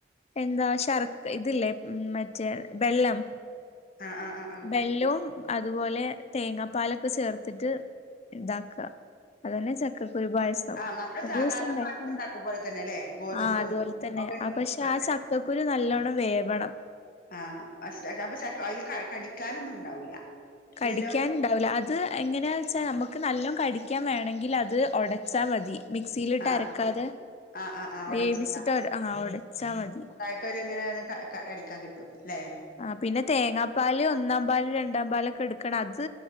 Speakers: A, on the left (about 35°); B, on the left (about 50°).
A: എന്താ ശർക്ക് ഇതില്ലേ മറ്റേ ബെല്ലം
B: ആ ആ ആ ആ
A: ബെല്ലവും അതുപോലെ തേങ്ങാപ്പാലൊക്കെ ചേർത്തിട്ട് ഇതാ ക്ക അതന്നെ ചക്കകുരു പായസം
B: ആഹ് നമ്മള്
A: ഒരുസംണ്ടകിനി,
B: സാധാരണ പായസം ഉണ്ടാക്കും പോലെ തന്നെ അല്ലേ ഗോതമ്പും
A: ആ അതുപോലെ തന്നെ
B: ഒക്കെ ഉണ്ടാക്കും
A: ആ പക്ഷെ
B: പോലെ
A: ആ
B: തന്നെ
A: ചക്കകുരു കുരു നല്ലോണ്ണം വേവണം
B: ആഹ്പക്ഷേ ചക്ക അപ്പൊ അതിൽ കടിക്കാനൊന്നും ഉണ്ടാവൂല
A: കടിക്കാന്
B: ഇല്ലല്ലോ
A: ഉണ്ടാവൂല അത് എങ്ങനാന്ന് വെച്ചാ നമുക്ക് നല്ലോണം കടിക്കാൻ വേണമെങ്കിൽ അത് ഒടച്ചാൽ മതി മിക്സിയിലിട്ട്
B: ആഹ്
A: അരക്കാതെ
B: ആഹ് ആഹ് ആഹ് ഒടച്ചതാ
A: വേവിച്ചിട്ട് ആ ഒടച്ചാ മതി
B: ഇവര് എങ്ങനെ അടിക്കാൻ കിട്ടും ല്ലെ
A: ആ പിന്നെ തേങ്ങാ പാല് ഒന്നാം പാല് രണ്ടാം പാലൊക്കെ എടുക്കണം അത്